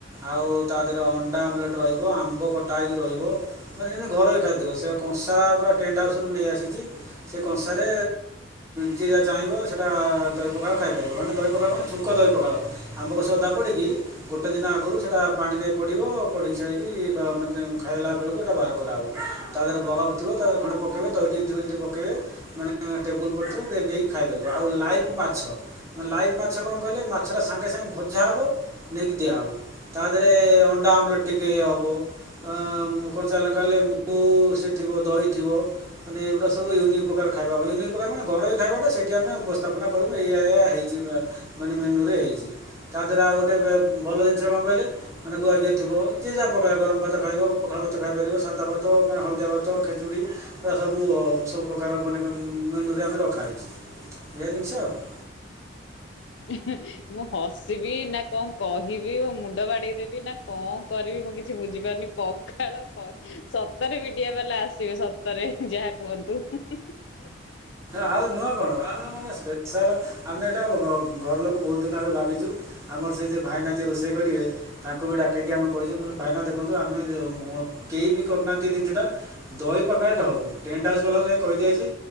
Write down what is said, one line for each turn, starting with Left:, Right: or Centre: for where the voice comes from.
Right: ଆଉ ତା ଦେହରେ ଅଣ୍ଡା ଆମଲେଟ୍ ରହିବ ଆମ୍ବ କଟା ହେଇକି ରହିବ ମାନେ ଯେମିତି ଘରୋଇ ଖାଦ୍ୟ ସେ କଂସା ପୁରା। ଟେଣ୍ଟ ହାଉସ ରୁ ନେଇଆସିଚି ସେ କଂସାରେ ଯିଏ ଯାହା ଚାହିଁବ ସେଇଟା ଦହି ପଖାଳ ଖାଇପାରିବ ମାନେ ଦହି ପଖାଳ ମାନେ ଛୁଙ୍କ ଦହି ପଖାଳ ଆମ୍ବ କଷି ଅଦା ପଡ଼ିକି ଗୋଟେ ଦିନ ଆଗରୁ ସେଇଟା ପାଣିରେ ପଡ଼ିବ ପଡ଼ିକି ସାରିକି ବା ମାନେ ଖାଇଲା ବେଳକୁ ଏଇଟା ବାହାର କରାହବ ତା ଦେହରେ ବରଫ ଥିବ। ତାଦେହରେ ଖଣ୍ଡେ ପକେଇବେ ଦହି ଟିକେ ଥିବ ଯଦି ପକେଇବେ ମାନେ ଟେବୁଲ୍ ପଡ଼ିଥିବ ଯେ ନେଇକି ଖାଇପାରିବ ଆଉ ଲାଇଫ ମାଛ ମାନେ ଲାଇଫ ମାଛ କଣ କହିଲେ ମାଛଟା ସାଙ୍ଗେ ସାଙ୍ଗେ ଭଜା ହବ ନେଇକି ଦିଆହବ ତା ଦେହରେ ଅଣ୍ଡା ଆମଲେଟ୍ ଟିକେ ହବ ଆଁ ମୁଁ କଞ୍ଚା ଲଙ୍କା ଆଣିଲେ ଵୁ ସେ ଥିବ ଦହି। ଥିବ ମାନେ ଏଗୁରା ସବୁ ୟୁନିକ ପ୍ରକାର ଖାଇବା ୟୁନିକ୍ ପ୍ରକାର ମାନେ ଘରୋଇ ଖାଇବା ଟା ସେଇଠି ଆମେ ଉପସ୍ଥାପନା କରିମୁ ଏଇୟା ଏଇୟା ହେଇଛି ବା ମାନେ ମେନ୍ୟୁ ରେ ହେଇଚି ତା ଦେହ ରେ ଆଉ ଗୋଟେ ବେ ଉଁ ଭଲ ଜିନିଷ କଣ କହିଲେ ମାନେ ଗୁଆ ଘିଅ ଥିବ ଯେ ଯାହା ପ୍ରକାର ଗରମ ଭାତ ଖାଇବ ପଖାଳ ଭାତ ଖାଇପାରିବ ସାଧା ଭାତ ମାନେ ହଳଦିଆ ଭାତ ଖେ ଚୁଡ଼ି ଏଗୁଡା ସବୁ ଅ ସବୁ ପ୍ରକାର ମାନେ କନ ମେନ୍ୟୁ ରେ ଆମେ ରଖା ହେଇଚି ଏ ଜିନିଷ ଆଉ କଣ।
Left: ଏ ହେଁ ମୁଁ ହସିବି ନା ଙ୍କ କହିବି ମୋ ମୁଣ୍ଡ ବାଡେଇଦେବି ନା ଙ୍କ କରିବି ମୁଁ କିଛି ବୁଝିପାରୁନି ପଖାଳ କ ସତରେ ମିଡିଆ ବାଲା ଆସିବେ ସତରେ ଯାହା କୁହନ୍ତୁ ହୁଁ ହୁଁ ହୁଁ।
Right: ଆଉ ନୁହ କଣ। ଆଉ ଆମେ ସ୍ପେଶାଲ ଆମେ ଏଟା ଘ-ଘର ଲୋକ ବହୁତ ଦିନ ଆଗରୁ ଭାବିଛୁ ଆମର ସେ ଯେ ଭାଇନା ଯିଏ ରୋଷେଇ କରିବେ ତାଙ୍କୁ ବି ଡାକିକି ଆମେ କହିଚୁ ମୁଁ କହିଲି ଭାଇନା ଦେଖନ୍ତୁ ଆମେ ଯେ ମ କେହି ବି କରୁନାହାନ୍ତି ଏ ତିନଷଟା ଦହି ପଖାଳ ଟେ ହେବ ଟେଣ୍ଟ ହାଉସ୍ ବାଲାକୁ ଯାଇ କହିଦିଆହେଇଛି।